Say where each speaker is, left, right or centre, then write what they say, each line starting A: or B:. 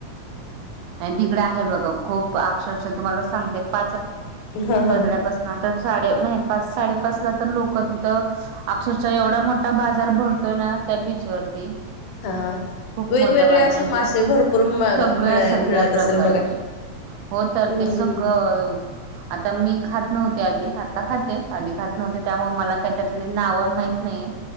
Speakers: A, on the right; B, on the left.
A: तिकड आहे बघा खूप अक्षरश तुम्हाला सांगते पाच
B: हा हा
A: वाजल्यापासन तर साडे नाही पाच साडे पाच ला तर लोक तिथ अक्षरच्या एवढा मोठा बाजार भरतोय ना त्या बीच बीच वरती.
B: हा हा
A: खूप
B: वेगवेगळे
A: मोठा बाजार
B: असे
A: आणि
B: मासे
A: खूप
B: भरपूर मिळ
A: सगळ्या सगळ्या
B: मिळत असेल
A: प्रकारचे
B: बघा
A: हो तर
B: हम्म
A: ते सगळ आता मी खात नव्हते आधी, आता खाते आधी खात नव्हते त्यामुळे मला काय त्यात नाव माहित नाही